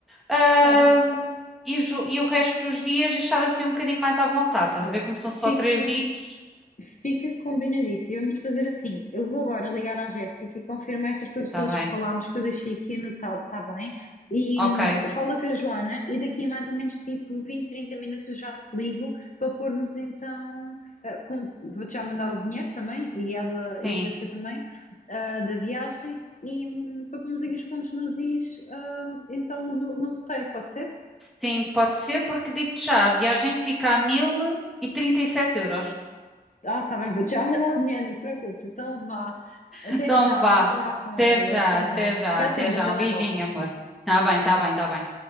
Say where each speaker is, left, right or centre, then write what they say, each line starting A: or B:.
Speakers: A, in the centre; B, on the left.
A: ahm,
B: Ah, claro.
A: e, os- e o resto dos dias deixar assim um bocadinho mais à vontade, estás
B: Olha,
A: a ver? Como são só
B: fica.
A: três dias,
B: Fica combinadíssimo. Vamos fazer assim. Eu vou agora ligar à Jéssica e confirmar estas coisas
A: está
B: todas
A: bem,
B: que falámos, que eu deixei aqui anotado, está bem? E
A: ok,
B: hum, fala com a Joana e daqui a mais ou menos tipo 20 30 minutos eu já te ligo para pormos então. eh, com- vou-te já mandar o dinheiro também e ela
A: sim.
B: e a Jéssica também ah, da viagem e hum, para pormos aqui os pontos nos is ah, então no, no roteiro, pode ser?
A: Sim, pode ser, porque digo-te já, a viagem fica a mil e e trinta e sete euros. <laughs>
B: Ah, tá bem, vou-te já <laughs> mandar o dinheiro, não te preocupes. Então vá. Até
A: Então
B: já,
A: vá,
B: vou falar com
A: até
B: ela.
A: já,
B: Até
A: até
B: já.
A: já,
B: Fica
A: até
B: atenta
A: já.
B: ao telemóvel.
A: Um beijinho, amor. Tá bem, tá bem, tá bem.